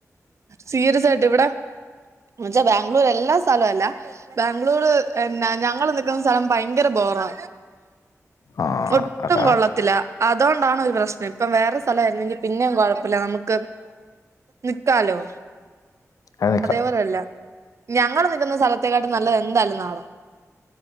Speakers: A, on the right; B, on the left.
A: സീരിയസായിട്ട് ഇവിടെ ന്നച്ച ബാംഗ്ലൂരെല്ലാ സ്ഥലൊല്ല ബാംഗ്ലൂർ എന്നാ ഞങ്ങൾ നിക്കണ സലം ഭയങ്കര ബോറാ
B: ആഹ്
A: ഒട്ടും
B: അതാണ്
A: കൊള്ളത്തില്ല. അതോണ്ടാണ് ഒരു പ്രശ്നം ഇപ്പം വേറെ സ്ഥലയിര്ന്നെങ്കിൽ പിന്നെയിം കൊഴപ്പല്ല നമക്ക് നിക്കാലോ-
B: അത് ക്ക്
A: പൊരല്ല ഞങ്ങള് നിൽക്ക്ന്ന സ്ഥലത്തെക്കാട്ടും നല്ലത് എന്തായാലും നാടാ